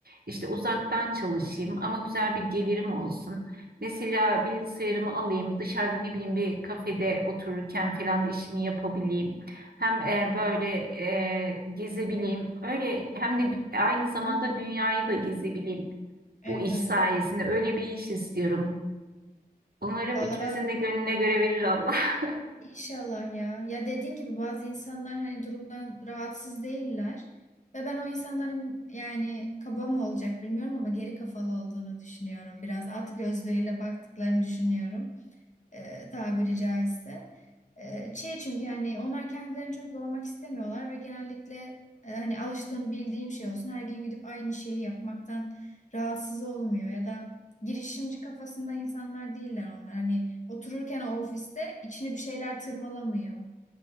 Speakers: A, on the right (about 75°); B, on the left (about 50°).
A: İşte uzaktan çalışayım ama güzel bir gelirim olsun. Mesela bilgisayarımı alayım, dışarıda ne bileyim bir kafede otururken falan da işimi yapabileyim. Hem e, böyle e, gezebileyim. Öyle hem de aynı zamanda
B: Hı hı.
A: dünyayı da gezebileyim
B: Evet.
A: bu iş sayesinde. Öyle bir iş istiyorum. Umarım
B: Valla
A: ikimizin de gönlüne göre verir Allah. <laughs>
B: İnşallah ya. Ya dediğin gibi bazı insanlar hani durumdan rahatsız değiller. Ve ben o insanların yani kaba mı olacak bilmiyorum ama geri kafalı olduğunu düşünüyorum. Biraz at gözlüğüyle baktıklarını düşünüyorum e, tabiri caizse. E, şey çünkü yani onlar kendilerini çok yormak istemiyorlar ve genellikle e, hani alıştığım bildiğim şey olsun her gün gidip aynı şeyi yapmaktan rahatsız olmuyor ya da girişimci kafasında insanlar değiller onlar. Hani otururken o ofiste içini bir şeyler tırmalamıyor.